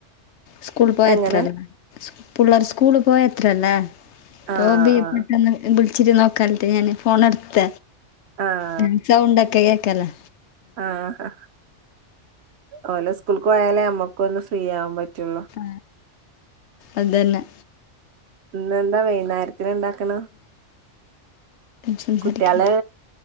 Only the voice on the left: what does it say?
സ്കൂൾ പോയത്രല്ലേ
പിള്ളേർ സ്കൂള പോയത്രല്ലേ ഇപ്പോ
ബ
പെട്ടെന്ന് വിളിച്ചിട്ട് നോക്കാനിട്ട് ഞാന് ഫോണ എടുത്ത
ന സൗണ്ടൊക്കെ കേക്കല്ലേ
ആ അതന്നെ
സംസാരിക്കാത്ത